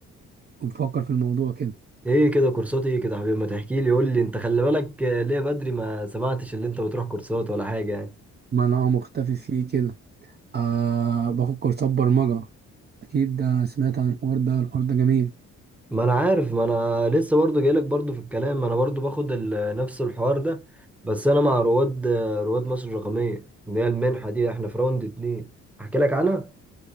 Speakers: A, on the right (about 35°); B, in the centre.
A: وبفكر في الموضوع كده
B: ايه كده كورسات ايه كده يا حبيبي ما تحكي لي قول لي انت خلي بالك آه، ليه بدري ما سمعتش اللي انت بتروح كورسات ولا حاجة يعني
A: ما انا اه مختفي فيه كده آه باخد كورسات برمجة اكيد ده سمعت عن الحوار ده الحوار ده جميل
B: ما انا عارف ما انا لسه برضو جايلك برضو في الكلام ما انا برضو باخد ال- نفس الحوار ده بس انا مع رواد آه، رواد مصر الرقمية اللي هي المنحة دي احنا في راوند اتنين احكي لك عنها